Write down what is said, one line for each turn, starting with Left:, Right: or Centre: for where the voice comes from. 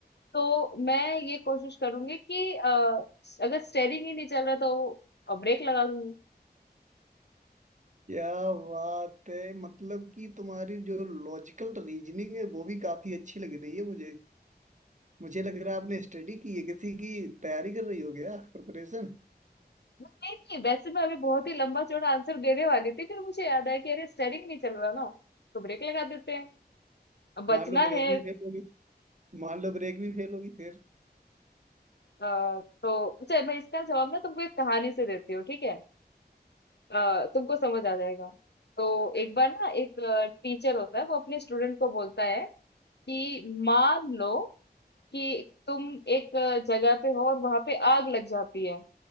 Left: तो मैं ये कोशिश करूंगी कि अ, अगर स्टेयरिंग ही नहीं चल रहा तो ब्रेक लगा दूंगी
Right: क्या बात है मतलब कि तुम्हारी जो लॉजिकल रीजनिंग है वो भी काफी अच्छी लग रही है मुझे मुझे लग रहा है आपने स्टडी की है किसी की तैयारी कर रही हो गया प्रिपरेशन
Left: नहीं नहीं वैसे मैं अभी बहुत ही लंबा चौड़ा आंसर देने वाली थी फिर मुझे याद आया कि अरे स्टेयरिंग नहीं चल रहा ना तो ब्रेक लगा देते हैं अब
Right: मान
Left: बचना
Right: लो ब्रेक
Left: है
Right: भी फेल होगी मान लो ब्रेक भी फेल होगी फिर
Left: अ, तो अच्छा मैं इसका जवाब ना तुमको एक कहानी से देती हूँ ठीक है अ, तुमको समझ आ जाएगा तो एक बार ना एक टीचर होता है वो अपने स्टूडेंट को बोलता है कि मान लो कि तुम एक अ, जगह पे हो और वहां पे आग लग जाती है